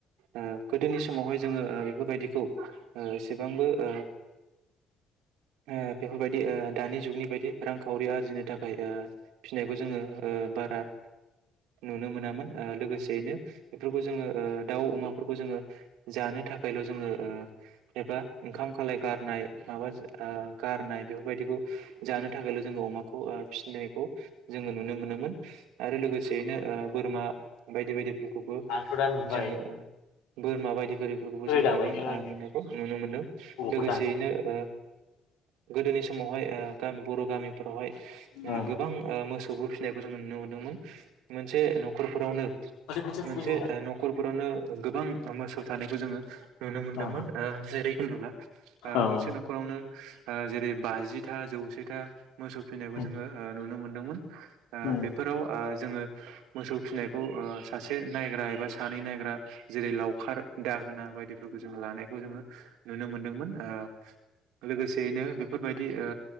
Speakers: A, on the right; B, on the left.
A: ओ गोदोनि समावहाय जोङो ओ बेफोरबायदिखौ ओ एसेबांबो ओ ओ बेफोरबायदि ओ दानि जुगनि बायदि रांखावरि आरजिनो थाखाय ओ फिनायखौ जोङो ओ बारा नुनो मोनामोन ओ लोगोसेयैनो बेफोरखौ जोङो ओ दाउ अमाफोरखौ जोङो जानो थाखायल' जोङो ओ एबा ओंखाम खालाय गारनाय माबा ओ गारनाय बेफोरबायदिखौ जानो थाखायल' जोङो अमाखौ ओ फिसिनायखौ जोङो नुनो मोनोमोन आरो लोगोसे बेनो ओ बोरमा बायदि बायदिफोरखौबो
B: आंथ' दा नुबाय
A: जोङो बोरमा बायदि बोरैफोरखौबो
B: होजाबायनो
A: जों गोबां ओ
B: आंजों
A: नायखौ नुनो मोनो
B: बबावखौ
A: लोगोसेयैनो
B: दानो
A: ओ गोदोनि समावहाय ओ बर' गामिफ्रावहाय ओ
B: औ
A: गोबां ओ मोसौ दुबुर फिननायखौ जोंङो नुनो मोनदोंमोन मोनसे न'खरफोरावनो
B: माथो खोथिया
A: मोनसे
B: फुहैनो
A: न'खरफोरावनो गोबां मोसौ थानायखौ जोङो नुनो
B: नंबाङानो
A: मोनदोंमोन ओ जेरै होनोब्ला ओ
B: औ
A: गंसे न'खरावनो ओ जेरै बाजिथा जौसेथा मोसौ फिनायखौ
B: उम,
A: जोङो ओ नुनो मोनदोंमोन ओ
B: उम,
A: बेफोराव ओ जोङो मोसौ फिसिनायखौ ओ सासे नायग्रा एबा सानै नायग्रा जेरै लावखार दाहोना बायदिफोरखौ जोङो लानायखौ जोङो नुनो मोनदोंमोन ओ लोगोसेयैनो बेफोरबायदि ओ